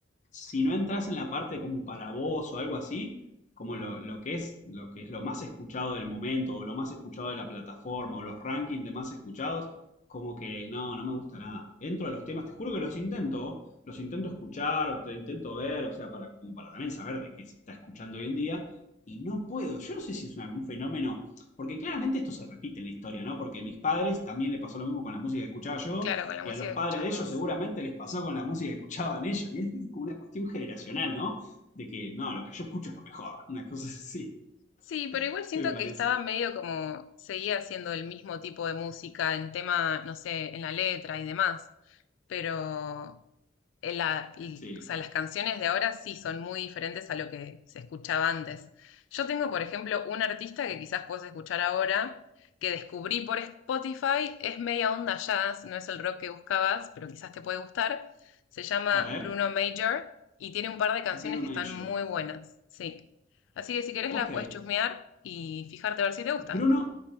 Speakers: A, on the left (about 40°); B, on the left (about 85°).
A: si no entras en la parte como para vos o algo así, como lo, lo que es, lo que es lo más escuchado del momento, o lo más escuchado de la plataforma, o los rankings de más escuchados, como que no, no me gusta nada. Entro a los temas, te juro que los intento, los intento escuchar, o te intento ver, o sea, para, como para también saber de qué se está escuchando hoy en día. Y no puedo, yo no sé si es una- un fenómeno, porque claramente esto se repite en la historia, ¿no? Porque a mis padres también le pasó lo mismo con la música que escuchaba yo,
B: claro, con la
A: y
B: música
A: a los
B: que
A: padres
B: escuchás
A: de ellos
B: vos.
A: seguramente les pasó con la música que escuchaban ellos. Y es como una cuestión generacional, ¿no? De que, no, lo que yo escucho es lo mejor. Una cosa así,
B: Sí, pero
A: <laughs>
B: igual siento
A: me parece.
B: que estaba medio como seguía haciendo el mismo tipo de música en tema, no sé, en la letra y demás. pero en la- y-
A: Sí.
B: o sea, las canciones de ahora sí son muy diferentes a lo que se escuchaba antes. Yo tengo, por ejemplo, un artista que quizás puedes escuchar ahora, que descubrí por Spotify, es media onda jazz, no es el rock que buscabas, pero quizás te puede gustar. Se llama
A: A ver,
B: Bruno Major y tiene un par de canciones
A: Bruno
B: que
A: Major.
B: están muy buenas, sí. Así que si querés
A: Ok.
B: la puedes chusmear y fijarte a ver si te gustan.
A: Bruno,